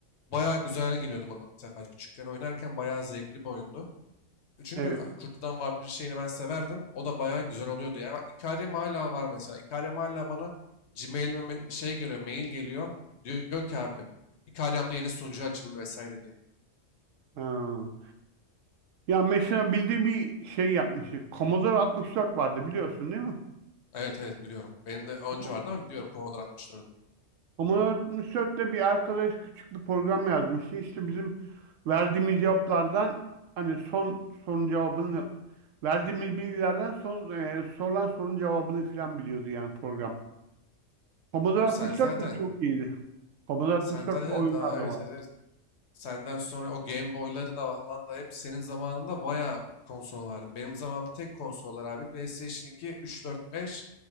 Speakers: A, on the left; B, on the right.
A: Bayağı güzel geliyordu bana Metafight. Küçükken oynarken bayağı zevkli bir oyundu. Çünkü
B: Evet.
A: e, Kurt'tan Vampir şeyini ben severdim. O da bayağı güzel oluyordu yani. Bak Ikariam hala var mesela. Ikariam hala bana Gmail'ime me- şey geliyor, mail geliyor. Diyor ki abi Ikariam'da yeni sunucu açıldı vesaire diye.
B: Ha. Ya mesela bildiğim bir şey yapmıştık. Commodore 64 vardı biliyorsun değil mi?
A: Evet evet biliyorum. Benim de önce
B: Com-
A: vardı ama biliyorum Commodore 64'ü.
B: Commodore 64'te bir arkadaş küçük bir program yazmıştı. İşte bizim verdiğimiz cevaplardan hani son sorunun cevabını verdiğimiz bilgilerden son e, sorulan sorunun cevabını filan biliyordu yani program. Commodore
A: Abi
B: 64
A: sen zaten
B: de çok iyiydi. Commodore 64
A: sen zaten
B: oyunlar
A: daha
B: da
A: evet
B: var.
A: evet, evet. Senden sonra o Game Boy'ları da falan da hep senin zamanında bayağı konsol vardı. Benim zamanımda tek konsollar abi PlayStation 2, 3, 4, 5,